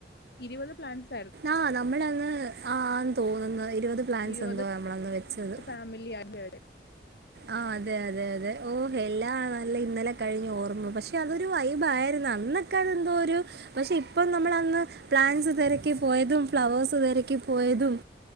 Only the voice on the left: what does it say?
ഇരുപത് പ്ലാന്റ്സ്
ഇരുപത്
ഫാമിലി ആയിരുന്നു.